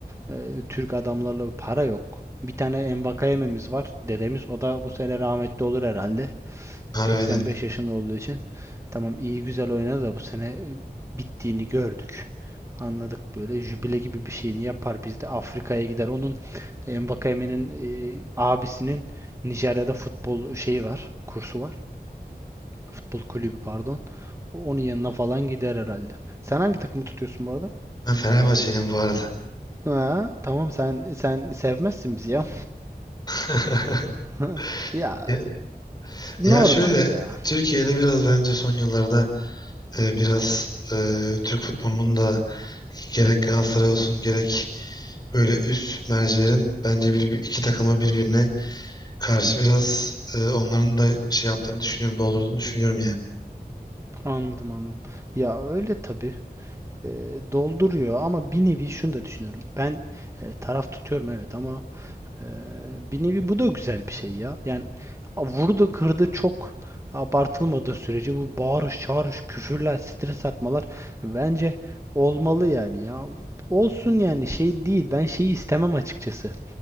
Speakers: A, on the right; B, on the left.
A: ee, Türk adamlarla para yok. Bir tane Mbakayememiz var. Dedemiz o da bu sene rahmetli olur herhalde. 85
B: Harbiden.
A: yaşında olduğu için. Tamam iyi güzel oynadı da bu sene e, bittiğini gördük. Anladık böyle jübile gibi bir şeyini yapar biz de Afrika'ya gider. Onun Mbakayeme'nin e, abisinin Nijerya'da futbol şeyi var, kursu var. Futbol kulübü pardon. Onun yanına falan gider herhalde. Sen hangi takımı tutuyorsun bu arada?
B: Ben Fenerbahçeliyim bu arada.
A: Ha, tamam sen sen sevmezsin bizi ya.
B: <laughs>
A: Hı, Ya
B: Ya,
A: normal
B: ya şöyle
A: ya.
B: Türkiye'de biraz bence son yıllarda e, biraz e, Türk futbolunun da gerek Galatasaray olsun gerek böyle üst mercilerin bence bir, iki takımı birbirine karşı biraz e, onların da şey yaptığını düşünüyorum, doldurduğunu düşünüyorum yani.
A: Anladım anladım. Ya öyle tabii. E, dolduruyor ama bir nevi şunu da düşünüyorum. Ben e, taraf tutuyorum evet ama e, bir nevi bu da güzel bir şey ya. Yani a, vurdu kırdı çok abartılmadığı sürece bu bağırış çağırış küfürler stres atmalar bence olmalı yani ya. Olsun yani şey değil. Ben şeyi istemem açıkçası.